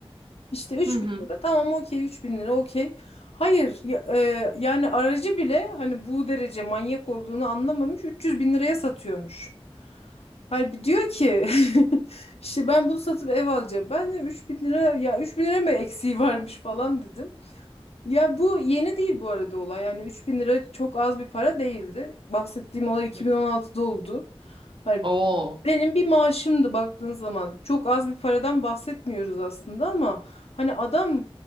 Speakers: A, on the left; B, on the right.
A: İşte üç
B: Hı hı.
A: bin lira tamam okey üç bin lira okey. Hayır ya- e, yani aracı bile hani bu derece manyak olduğunu anlamamış 300 bin liraya satıyormuş. Hani diyor ki <laughs> işte ben bunu satıp ev alacağım. Ben de üç bin lira ya 3000 lira mı eksiği varmış falan dedim. Ya bu yeni değil bu arada olay. Yani 3000 lira çok az bir para değildi. Bahsettiğim olay 2016'da
B: Hı.
A: oldu. Hani
B: Oo.
A: benim bir maaşımdı baktığın zaman. Çok az bir paradan bahsetmiyoruz aslında ama hani adam